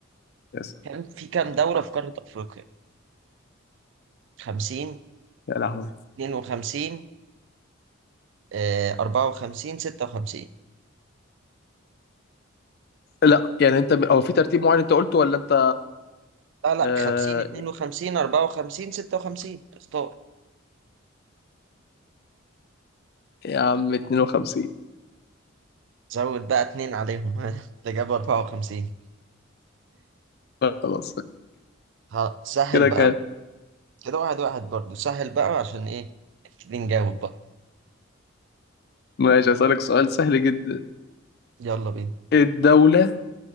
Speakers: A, on the left (about 50°); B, on the right (about 60°).
A: اسف
B: كان في كام دولة في قارة أفريقيا؟ 50
A: يا لهوي
B: 52 آه، 54 56
A: لا يعني انت هو في ترتيب معين انت قلته ولا انت
B: لا لا
A: آه...
B: 50 52 54 56 اختار
A: يا عم 52
B: زود بقى اتنين عليهم <laughs> ها الإجابة 54
A: خلاص
B: ها سهل
A: كده
B: بقى
A: كام
B: كده واحد واحد برضه سهل بقى عشان إيه نبتدي نجاوب بقى
A: ماشي هسألك سؤال سهل جدا
B: يلا بينا
A: الدولة